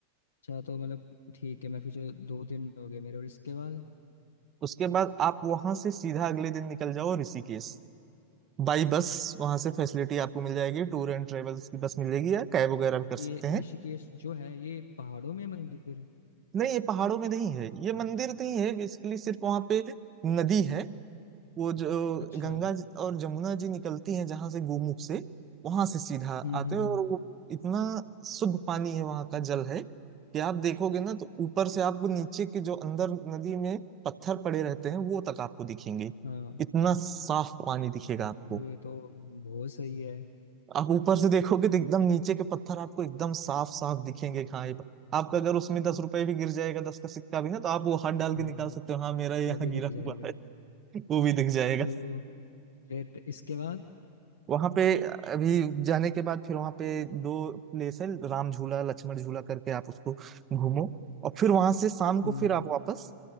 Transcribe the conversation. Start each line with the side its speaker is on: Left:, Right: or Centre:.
Left: अच्छा तो मतलब ठीक है मैं फिर जो दो दिन हो गए मेरे और इसके बाद
Right: उसके बाद आप वहां से सीधा अगले दिन निकल जाओ ऋषिकेश बाई बस वहां से फैसिलिटी आपको मिल जाएगी टूर एंड ट्रेवल्स की बस मिलेगी या कैब वगैरह भी कर
Left: ये
Right: सकते हैं
Left: ऋषिकेश जो है ये पहाड़ों में है मंदिर
Right: नहीं ये पहाड़ों में नहीं है ये मंदिर नहीं है बेसिकली सिर्फ वहां पे नदी है वो जो
Left: अच्छा
Right: गंगा
Left: हम्म
Right: जी और जमुना जी निकलती हैं जहां से गोमुख से वहां से सीधा
Left: हम्म
Right: आते
Left: हम्म
Right: हैं और वो इतना शुद्ध पानी है वहां का जल है कि आप देखोगे ना तो ऊपर से आपको नीचे के जो अंदर नदी में पत्थर पड़े रहते हैं वो तक आपको दिखेंगे
Left: हाँ
Right: इतना साफ पानी दिखेगा आपको
Left: अरे ये तो बहुत सही है
Right: आप ऊपर से देखोगे तो एकदम नीचे के पत्थर आपको एकदम साफ साफ दिखेंगे कि हाँ ये प- आपका अगर उसमें दस रुपए भी गिर जाएगा दस का सिक्का भी ना तो आप वो हाथ डाल
Left: वो
Right: के निकाल सकते हो हाँ मेरा यहाँ
Left: वो भी
Right: गिरा
Left: दिख जाएगा
Right: हुआ है <laughs> वो भी दिख जाएगा
Left: तो फिर इसके बाद
Right: वहां पे अभी जाने के बाद फिर वहां पे दो प्लेस है राम झूला लक्ष्मण झूला करके आप उसको घूमो और फिर वहां से शाम को
Left: हम्म
Right: फिर आप
Left: हम्म,
Right: वापस